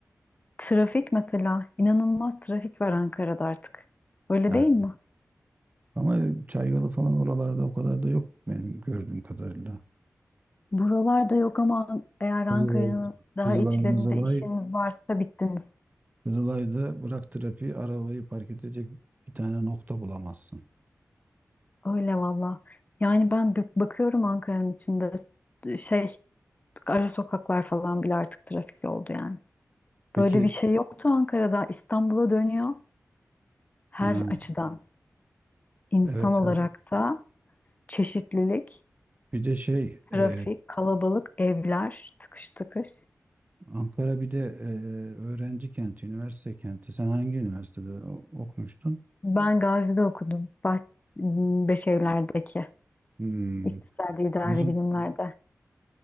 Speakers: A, on the left; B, on the right.
A: trafik mesela inanılmaz trafik var Ankara'da artık. Öyle
B: Ha,
A: değil mi?
B: Ama Çayyolu falan oralarda o kadar da yok benim gördüğüm kadarıyla.
A: Buralarda yok ama eğer Ankara'nın
B: Kızılay,
A: daha
B: Kızılay,
A: içlerinde
B: Kızılay,
A: işiniz varsa bittiniz.
B: Kızılay'da bırak trafiği arabayı park edecek bir tane nokta bulamazsın.
A: Öyle valla. Yani ben bak- bakıyorum Ankara'nın içinde şey ara sokaklar falan bile artık trafik oldu yani.
B: Peki
A: Böyle bir şey yoktu Ankara'da. İstanbul'a dönüyor her
B: ha,
A: açıdan. İnsan
B: evet
A: olarak
B: evet.
A: da çeşitlilik.
B: Bir de şey
A: Trafik,
B: e,
A: kalabalık, evler, tıkış tıkış.
B: Ankara bir de e, öğrenci kenti, üniversite kenti. Sen hangi üniversitede o- okumuştun?
A: Ben Gazi'de okudum. Bah Beşevler'deki
B: Hmm.
A: iktisadi idari
B: O zaman
A: bilimlerde.